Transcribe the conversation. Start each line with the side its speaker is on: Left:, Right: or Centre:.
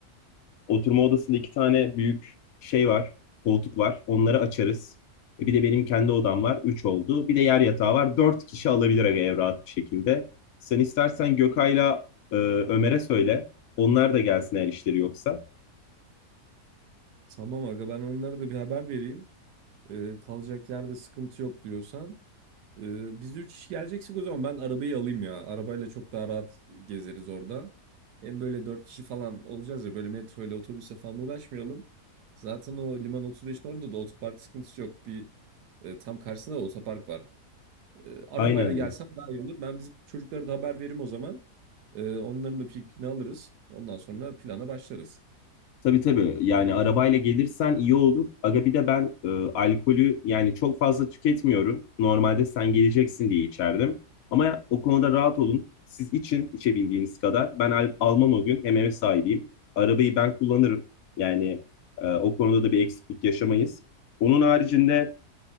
Left: Oturma odasında iki tane büyük şey var, koltuk var. Onları açarız. E, Bir de benim kendi odam var. Üç oldu. Bir de yer yatağı var. Dört kişi alabilir aga ev rahat bir şekilde. Sen istersen Gökay'la e, Ömer'e söyle. Onlar da gelsin eğer işleri yoksa.
Right: Tamam aga ben onlara da bir haber vereyim. E, kalacak yerde sıkıntı yok diyorsan. E, biz üç kişi geleceksek o zaman ben arabayı alayım ya. Arabayla çok daha rahat gezeriz orada. Hem böyle dört kişi falan olacağız ya böyle metro ile otobüse falan uğraşmayalım. Zaten o Liman 35'in orada da otopark sıkıntısı yok. Bir e, tam karşısında da otopark var. E, arabayla
Left: Aynen.
Right: gelsem daha iyi olur. Ben bizim çocuklara da haber veririm o zaman. E, onların da fikrini alırız. Ondan sonra plana başlarız.
Left: Tabii tabii. Yani arabayla gelirsen iyi olur. Aga bir de ben e, alkolü yani çok fazla tüketmiyorum. Normalde sen geleceksin diye içerdim. Ama o konuda rahat olun. Siz için içebildiğiniz kadar. Ben al- almam o gün. Hem ev sahibiyim. Arabayı ben kullanırım. Yani e, o konuda da bir eksiklik yaşamayız. Onun haricinde